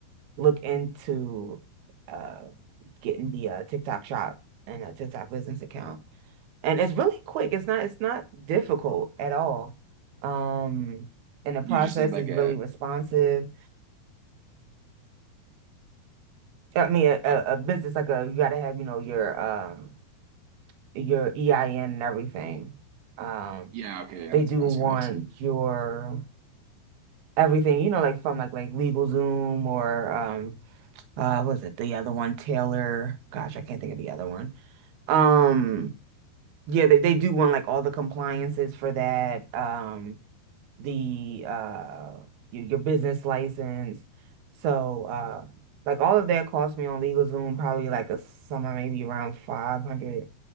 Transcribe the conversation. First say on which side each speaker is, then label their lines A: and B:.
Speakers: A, on the right; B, on the right.
A: look into uh getting the uh TikTok shop and a TikTok business account. And it's really quick. It's not it's not difficult at all. Um, and the process
B: You just need like
A: is
B: a,
A: really responsive. I mean, a, a
B: uh,
A: a business like a you gotta have, you know, your um your EIN and everything. Um,
B: yeah, okay, yeah,
A: they
B: that's
A: do
B: what I was
A: want
B: gonna ask.
A: your everything, you know, like from like like LegalZoom or um uh what was it the other one Taylor gosh I can't think of the other one um yeah they, they do want like all the compliances for that um the uh your, your business license so uh like all of that cost me on LegalZoom probably like a summer maybe around five hundred